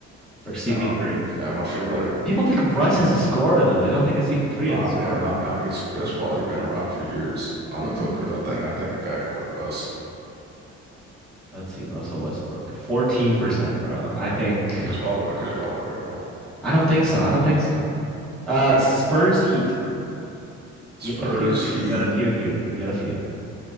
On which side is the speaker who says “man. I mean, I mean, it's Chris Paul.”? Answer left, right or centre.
Right